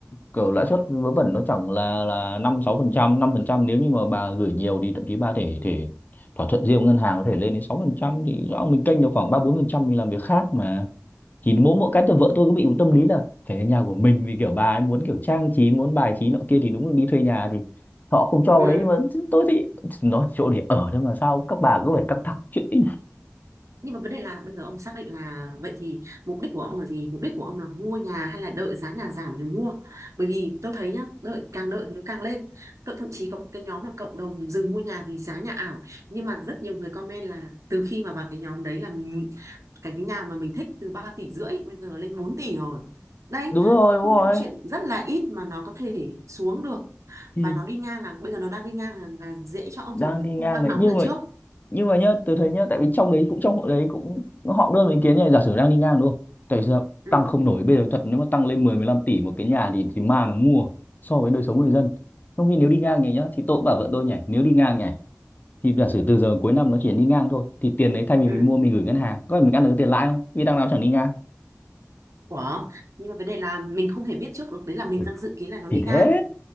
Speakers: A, on the left; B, on the right.
A: kiểu lãi suất vớ vẩn nó chẳng là là năm sáu phần trăm năm phần trăm nếu như mà bà gửi nhiều thì thậm chí bà thể thể thỏa thuận riêng với ngân hàng có thể lên đến sáu phần trăm thì rõ mình kênh được khoảng ba bốn phần trăm mình làm việc khác mà thì mỗi mỗi cái từ vợ tôi cứ bị một tâm lý là phải là nhà của mình vì kiểu bà ấy muốn kiểu trang trí muốn bài trí nọ kia thì đúng là đi thuê nhà thì họ không cho
B: ừ.
A: đấy nhưng mà tôi thì nó chỗ để ở thôi mà sao các bà cứ phải căng thẳng chuyện ấy nhỉ?
B: nhưng mà vấn đề là bây giờ ông xác định là vậy thì mục đích của ông là gì mục đích của ông là mua nhà hay là đợi giá nhà giảm rồi mua bởi vì tôi thấy nhá đợi càng đợi thì nó càng lên tôi thậm chí có một cái nhóm là cộng đồng dừng mua nhà vì giá nhà ảo nhưng mà rất nhiều người comment là từ khi mà vào cái nhóm đấy là cái cái nhà mà mình thích từ 3 tỷ rưỡi bây giờ lên 4 tỷ rồi đấy
A: đúng rồi
B: không
A: đúng rồi
B: có chuyện rất là ít mà nó có thể xuống được
A: thì
B: và nó đi ngang là bây giờ nó đang đi ngang là, là dễ cho ông
A: đang
B: rồi còn
A: đi ngang
B: không tăng
A: đấy
B: nóng
A: nhưng
B: như lần
A: mà
B: trước
A: nhưng mà nhá từ thấy nhá tại vì trong đấy cũng trong hội đấy cũng họ đưa ý kiến này giả sử đang đi ngang đúng không tại vì sao
B: ừ
A: tăng không nổi bây giờ thật nếu mà tăng lên mười mười 15 tỷ một cái nhà thì thì ma nó mua so với đời sống người dân trong khi nếu đi ngang nhỉ nhá thì tôi cũng bảo vợ tôi nhỉ nếu đi ngang nhỉ thì giả sử từ giờ cuối năm nó chỉ đi ngang thôi thì tiền đấy thay vì
B: ừ
A: mình mua mình gửi ngân hàng có phải mình ăn được cái tiền lãi không vì đằng nào chẳng đi ngang
B: ủa nhưng mà vấn đề là mình không thể biết trước được đấy là mình
A: Ừ.
B: đang dự kiến là nó
A: thì
B: đi ngang
A: thế